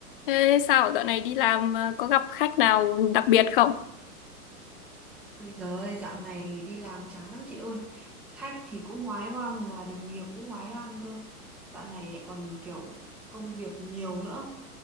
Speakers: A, on the left (about 40°); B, in the centre.
A: Thế sao dạo này đi làm ờ, có gặp khách nào đặc biệt không?
B: Ôi giời ơi, dạo này đi làm chán lắm chị ơi. Khách thì cũng oái oăm mà đồng nghiệp cũng oái oăm cơ. Dạo này lại còn kiểu công việc nhiều nữa.